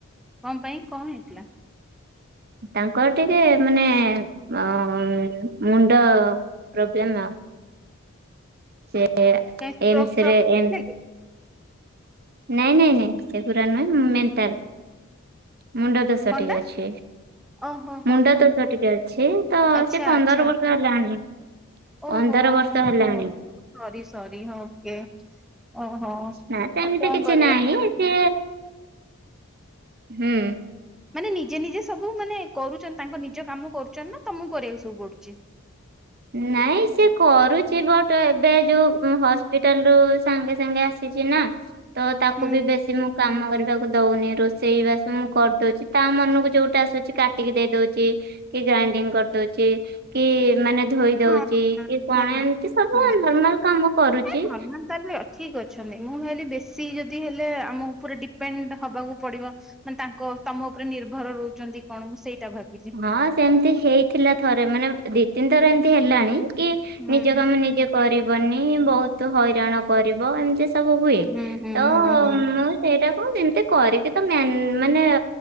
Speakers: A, in the centre; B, on the right (about 45°).
A: କଣ ପାଇଁ କଣ ହେଇଥିଲା?
B: ତାଙ୍କର ଟିକେ ମାନେ ଅ ମୁଣ୍ଡ ପ୍ରୋବ୍ଲେମ୍ ଆଉ। ସେ
A: କାଇଁ ଷ୍ଟ୍ରୋକ୍
B: ଏମସ
A: ଫ୍ରୋକ୍
B: ରେ
A: ହେଇଥିଲା
B: ଏମ
A: କି?
B: ନାଇଁ ନାଇଁ ନାଇଁ ସେଗୁରା ନୁହେଁ ମୁ ମେଣ୍ଟାଲ ମୁଣ୍ଡ ଦୋଷ
A: କଣଟା
B: ଟିକେ ଅଛି।
A: ଓହୋ
B: ମୁଣ୍ଡ
A: ହୋ
B: ଦୋଷ ଟିକେ ଅଛି ତ
A: ଆଚ୍ଛା
B: ସେ ପନ୍ଦର
A: ଆଚ୍ଛା
B: ବର୍ଷ ହେଲାଣିି।
A: ଓହୋ
B: ପନ୍ଦର ବର୍ଷ ହେଲାଣି।
A: ହୋ ସରି ସରି ହ ଓକେ ଓହୋ।
B: ନା ସେମିତି
A: ଆଉ କଣ
B: କିଛି
A: କରିବା
B: ନାହିଁ ସେ ହୁଁ
A: ମାନେ ନିଜେ ନିଜେ ସବୁ ମାନେ କହୁଛନ୍ତି। ତାଙ୍କ ନିଜ କାମ କରୁଛନ୍ତି। ନା ତମକୁ କରିବାକୁ ସବୁ ପଡୁଛି।
B: ନାଇଁ ସେ କରୁଛି ବଟ୍ ଏବେ ଯୋଉ ହସ୍ପିଟାଲ ରୁ ସାଙ୍ଗେ ସାଙ୍ଗେ ଆସି ଛି ନା ତ ତାକୁ
A: ହୁଁ
B: ବି ବେଶୀ ମୁଁ କାମ କରିବାକୁ ଦଉନି ରୋଷେଇ ବାସ ମୁଁ କରିଦଉଛି। ତା ମନକୁ ଯୋଉଟା ଆସୁଛି କାଟିକି ଦେଇ ଦଉଛି। କି ଗ୍ରାଇଣ୍ଡିଙ୍ଗ କରିଦଉଛି। କି ମାନେ ଧୋଇ ଦଉଛି।
A: ହଁ ହଁ
B: କି କଣ
A: ହଁ ହୁଁ
B: ଏମିତି ସବୁ ନର୍ମାଲ କାମ କରୁଛି।
A: ନର୍ମାଲ ତାହେଲେ ଠିକ ଅଛନ୍ତି। ମୁଁ ହେଲି ବେଶୀ ଯଦି ହେଲେ ଆମ ପୁରା ଡିପେଣ୍ଡ ହବାକୁ ପଡିବ। ମାନେ ତାଙ୍କ ତମ ଉପରେ ନିର୍ଭର ରହୁଛନ୍ତି କଣ। ମୁଁ ସେଇଟା ଭାବିଲି।
B: ହଁ ସେମିତି ହେଇଥିଲା ଥରେ ମାନେ ଦି ତିନି ଥର ଏମିତି ହେଲାଣି। କି
A: ହୁଁ
B: ନିଜ କାମ ନିଜେ କରିବନି। ବହୁତ ହଇରାଣ କରିବ। ଏମିତି ସବୁ ହୁଏ।
A: ହୁଁ ହୁଁ
B: ତ
A: ହୁଁ ହୁଁ
B: ମୁଁ ସେଇଟା କଣ ଏମିତି କରିକି ତ ମାନେ